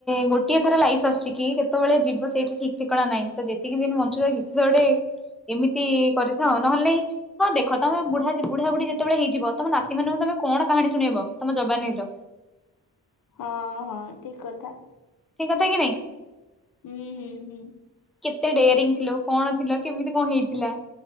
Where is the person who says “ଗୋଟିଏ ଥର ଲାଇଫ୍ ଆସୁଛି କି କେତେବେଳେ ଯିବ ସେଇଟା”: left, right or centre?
Centre